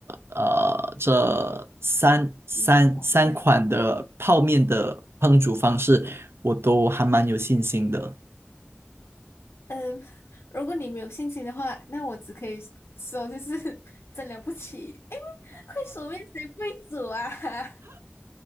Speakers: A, on the right (about 75°); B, on the left (about 85°).
A: 呃这三三三款的泡面的烹煮方式，
B: 一种，对，三种。
A: 我都还蛮有信心的。
B: 嗯，<laughs> 如果你没有信心的话，那我只可以说就是 <laughs> 真了不起，因为快手面谁不会煮啊？<laughs>